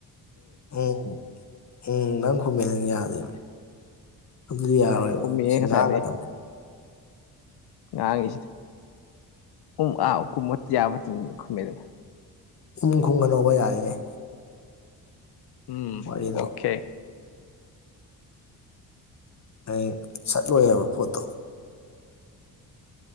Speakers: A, on the left (about 45°); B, on the left (about 75°).
A: ꯎꯝ ꯎꯝ ꯅꯪ ꯈꯨꯝꯃꯦ ꯅꯪ ꯌꯥꯗꯦꯕ ꯑꯗꯨꯗꯤ ꯌꯥꯔꯣꯏꯕ꯫
B: ꯈꯨꯝꯃꯤꯍꯦ
A: ꯁꯤꯡꯒꯥꯗꯕꯅꯦ꯫
B: ꯉꯁꯥꯏꯗꯩ ꯉꯥꯡꯉꯤꯁꯤꯗꯤ ꯎꯨꯝ ꯑꯥ ꯀꯨꯝꯃꯠ ꯌꯥꯕ ꯃꯇꯝꯗꯅ ꯈꯨꯝꯃꯦꯗꯅ꯫
A: ꯏꯝ ꯈꯨꯝꯒꯅꯣꯕ ꯌꯥꯔꯤꯉꯩ꯫
B: ꯎꯝ
A: ꯋꯥꯔꯤꯗꯣ
B: ꯑꯣꯀꯦ꯫
A: ꯑꯩ ꯁꯠꯂꯣꯏꯕ ꯄꯣꯠꯇꯣ꯫